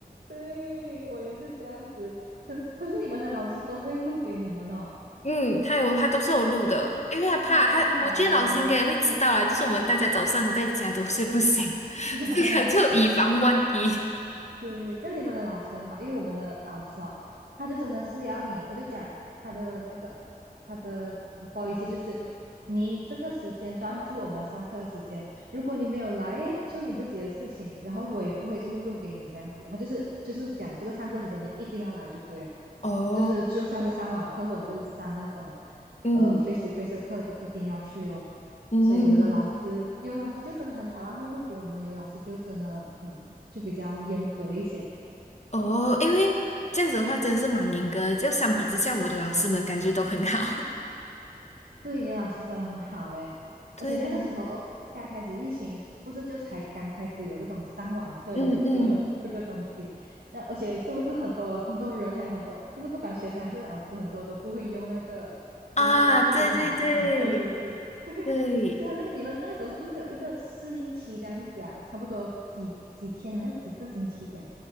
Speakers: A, on the right (about 85°); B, on the left (about 45°).
A: 对，我也是这样子。可可是你们的老师都会录给你们哦，
B: 嗯，他有，他都是有录的，
A: 哦，
B: 因为他怕他，
A: 很好诶。
B: 我觉得老师应该也会知道啦，就是我们大家早上在家都睡不醒，<laughs>
A: <laughs>
B: 所以他就以防万一。
A: 对，这样你们的老师很好，因为我们的老师哦，他就真的是要你，他就讲他的那个他的 policy 就是，你这个时间段是我们上课的时间，如果你没有来，诶，就你自己的事情，然后我也不会就是录给你这样子，他就是就是讲这个上课时间你一定要来就对了。
B: <laughs> 哦，
A: 就是就算是上网课或者是上那种
B: 嗯
A: 呃 face to face 的课，都一定要去哦。
B: 嗯，
A: 所以有的老师，有的老师就真的很好啊，会录给我们；有的老师就真的，嗯，就比较严格一些。
B: 哦，因为这样子的话真的是蛮严格的，就相比之下，我的老师们感觉都很好。
A: 对，你的老师真的很好诶，
B: <laughs> 对，
A: 而且那个时候刚开始疫情，不是就才刚开始有这种上网课的这个这个东西，
B: 嗯嗯，
A: 那而且是不是很多很多人还有很多，就是不管学生还是老师，很多都不会用那个用这个电脑上网课，
B: 啊，对对对
A: 是不是？<laughs> 对，
B: 对，
A: 所以他那个你们那个时候是不是有一个适应期这样子啊？差不多几几天还是几个星期呀、